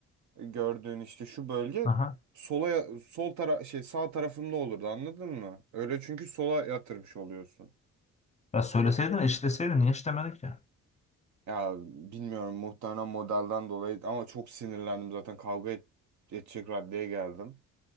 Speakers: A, on the right; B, on the left.
A: gördüğün işte şu bölge
B: Aha.
A: sola sol tara şey sağ tarafımda olurdu anladın mı? Öyle çünkü sola yatırmış oluyorsun.
B: Ya söyleseydin, eşitleseydin. Niye eşitlemedin ki?
A: Ya bilmiyorum muhtemelen modelden dolayı ama çok sinirlendim zaten kavga et- edecek raddeye geldim.